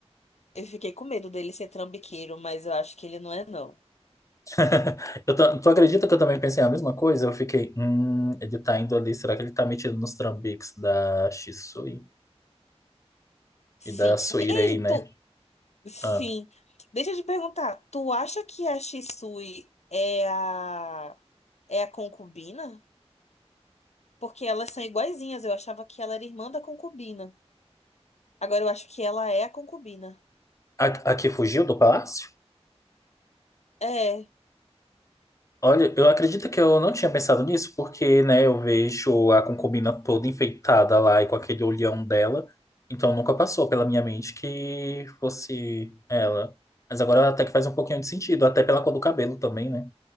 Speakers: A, on the left; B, on the left.
A: Eu fiquei com medo dele ser trambiqueiro, mas eu acho que ele não é, não.
B: <laughs> Eu ta- tu acredita que eu também pensei a mesma coisa? Eu fiquei, hum, ele tá indo ali, será que ele tá metido nos trambiques da Shisui
A: Sim.
B: e da Suirei,
A: Ei,
B: né?
A: tu. Sim.
B: Ah,
A: Deixa eu te perguntar, tu acha que a Shisui é a é a concubina? Porque elas são iguaizinhas. Eu achava que ela era irmã da concubina. Agora eu acho que ela é a concubina.
B: a, a que fugiu do palácio?
A: É.
B: Olha, eu acredito que eu não tinha pensado nisso, porque, né, eu vejo a concubina toda enfeitada lá e com aquele olhão dela, então nunca passou pela minha mente que fosse ela. Mas agora até que faz um pouquinho de sentido, até pela cor do cabelo também, né?